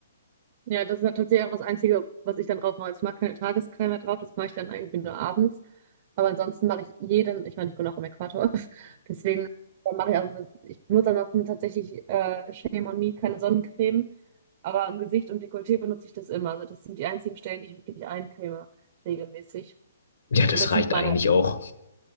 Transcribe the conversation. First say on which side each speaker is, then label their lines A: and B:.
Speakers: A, on the right (about 25°); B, on the left (about 70°).
A: Ja, das ist ja tatsächlich auch das Einzige, was ich dann drauf mache. Also Ich mache keine Tagescreme mehr drauf, das mache ich dann irgendwie nur abends. Aber ansonsten mache ich jeden, ich meine, ich bin auch im Äquator, <laughs> deswegen dann mache ich also das, ich benutze ansonsten tatsächlich äh, Shame on Me, keine Sonnencreme. Aber im Gesicht und Dekolleté benutze ich das immer. Also das sind die einzigen Stellen, die ich wirklich eincreme, regelmäßig.
B: Ja, das
A: Und das sieht
B: reicht
A: man
B: eigentlich auch.